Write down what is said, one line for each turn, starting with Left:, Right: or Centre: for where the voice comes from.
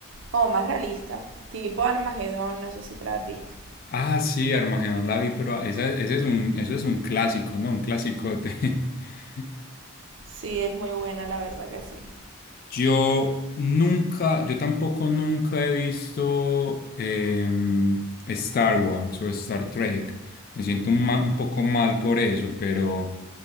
Right: como más realista. Tipo Armageddon, no sé si te la has visto.
Left: Ah, sí, Armagedón la vi, pero esa, ese es un, eso es un clásico, ¿no? Un clasicote. <laughs>
Right: Sí, es muy buena, la verdad que sí.
Left: Yo nunca, yo tampoco nunca he visto em, Star Wars o Star Trek. Me siento un, ma- un poco mal por eso, pero